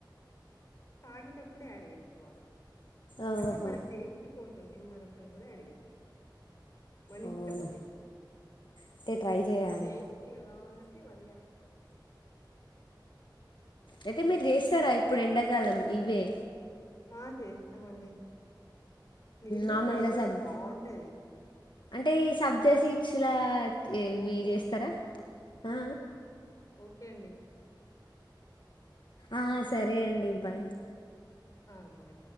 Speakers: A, on the left; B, on the left.
A: తాగేటప్పుడే యాడ్ చేసుకోవాలి
B: ఆహా
A: అంటే మన టేస్ట్ కోసం నిమ్మ రసం కూడ యాడ్ చెస్ మనిష్టం
B: అవునా
A: అది
B: అయితే ట్రై చేయాలి
A: ఇది టేస్టీగా కావాలంటే ఇవన్నీ యాడ్ చేసుకో
B: అయితే మీరు చేస్తారా ఇప్పుడు ఎండాకాలం ఇవే
A: ఆ చేస్తమండి మీరు కూడ
B: నార్మల్గా
A: ట్రై చెయండి
B: సబ్
A: బాగుంటది
B: అంటే ఈ సబ్జస్ ఇచ్చలా ఏవి
A: ఓకే
B: చేస్తార
A: అండి
B: ఆ
A: ఓకే అండి
B: ఆ సరే అండి బాయ్
A: ఆ బాయ్